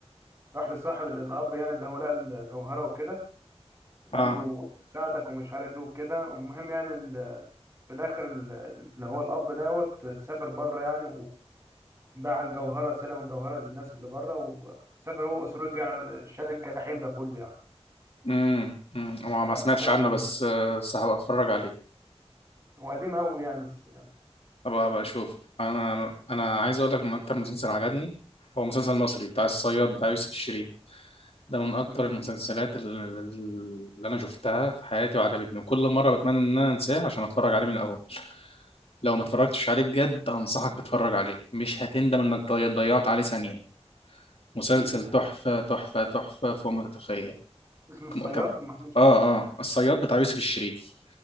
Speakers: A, on the right; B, on the left.
A: راح لصاحب ال- الاب يعني اللي هو لقى الجوهره وكده قال
B: اه
A: له ساعدك ومش عارف ايه وكده المهم يعني ال- في الاخر ال- اللي هو الاب دوت سافر بره يعني وباع الجوهره سلم الجوهره للناس اللي بره وسافر هو واسرته يعني شال الجحيم ده كله يعني
B: امم امم ما
A: العصابات
B: ما سمعتش عنه
A: وال...
B: بس آه، بس هبقى اتفرج عليه
A: هو قديم قوي يعني بس يعني
B: هبقى هبقى اشوف انا انا عايز اقول لك ان اكتر مسلسل عجبني هو مسلسل مصري بتاع الصياد بتاع يوسف الشريف ده من اكتر
A: مم.
B: المسلسلات ال- ال- اللي انا شفتها في حياتي وعجبتني وكل مره بتمنى ان انا انساه عشان اتفرج عليه من الاول لو ما اتفرجتش عليه بجد انصحك تتفرج عليه مش هتندم انك ضي- ضيعت عليه ثانيه مسلسل
A: مم.
B: تحفة تحفة تحفة فوق ما تتخيل
A: اسمه الصياد
B: كم كم
A: محمود
B: اه اه الصياد بتاع يوسف الشريف